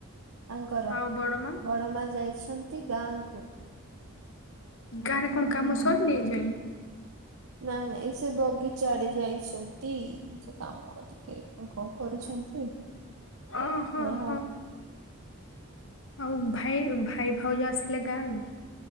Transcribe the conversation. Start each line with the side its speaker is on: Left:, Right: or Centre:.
Right: ତାଙ୍କର
Left: ଆଉ ବଡମା
Right: ବଡ ମା ଯାଇଛନ୍ ନ୍ତି ଗାଁ କୁ
Left: ଗାଁରେ କଣ କାମ ସରିନି ଏ ଯାଏଁ?
Right: ନାଇଁ ନାଇଁ ସେ ବଗିଚାଆଡେ ଯାଇଚନ୍ତି। ସେ କାମ ଟିକେ କଣ କଣ କରୁଛନ୍ତି ହୁଁ
Left: ଓହୋ ହୋ ଆଉ ଭାଇ ଭାଇ ଭାଉଜ ଆସିଲେ ଗାଁରୁ?